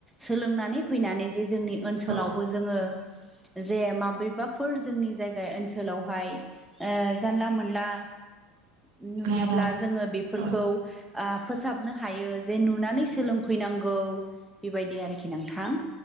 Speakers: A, in the centre; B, on the right.
A: सोलोंनानै फैनानै जे जोंनि ओनसोलावबो
B: औ
A: जोङो जे माबेबाफोर जोंनि जायगा ओनसोलावहाय जानला मोनला <inaudible> नुयोब्ला
B: गारा
A: जोङो बेफोरखौ
B: औ
A: फोसाबनो हायो जे नुनानै सोलों फैनांगौ बेबायदि आरोखि नोंथां